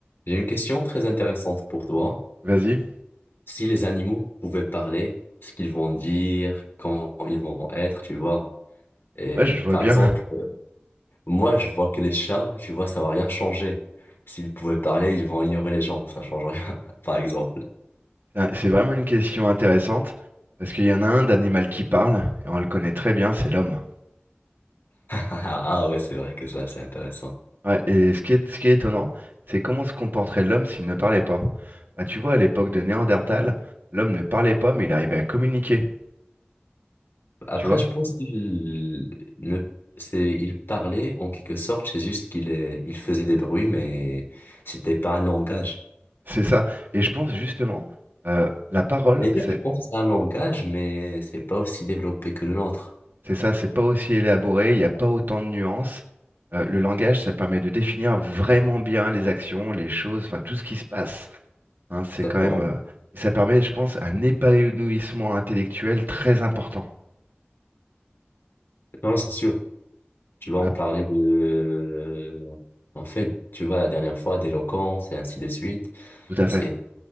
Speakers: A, on the left; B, on the right.
A: J'ai une question très intéressante pour toi.
B: Vas-y.
A: Si les animaux pouvaient parler, ce qu'ils vont dire, comment ils vont être, tu vois. Et
B: Ouais, je vois
A: par
B: bien.
A: exemple, moi, je vois que les chats, tu vois, ça va rien changer. S'ils pouvaient parler, ils vont ignorer les gens, ça change rien, <laughs> par exemple. <laughs>
B: Ah, C'est vraiment une question intéressante parce qu'il y en a un d'animal qui parle et on le connaît très bien, c'est l'homme.
A: Ah ouais, c'est vrai que ça, c'est intéressant.
B: Ouais, et ce qui est, ce qui est étonnant, c'est comment se comporterait l'homme s'il ne parlait pas. Bah, tu vois, à l'époque de Néandertal, l'homme ne parlait pas mais il arrivait à communiquer,
A: Après,
B: tu vois.
A: je pense qu'il ne, c'est, il parlait en quelque sorte, c'est juste qu'il euh, il faisait des bruits, mais c'était pas un langage.
B: C'est ça. Et je pense justement, euh, la parole,
A: D'ailleurs,
B: c'est
A: je pense que c'est un langage, mais c'est pas aussi développé que le nôtre.
B: c'est ça, c'est pas aussi élaboré, il n'y a pas autant de nuances. Euh, le langage, ça permet de définir vraiment bien les actions, les choses, enfin tout ce qui se passe. hein, c'est
A: Exactement.
B: quand même, euh, et ça permet, je pense, un épanouissement intellectuel très important.
A: Non, c'est sûr. Tu vois,
B: Ah,
A: on parlait de... euh, En fait, tu vois, la dernière fois, d'éloquence et ainsi de suite.
B: tout à
A: C'est...
B: fait.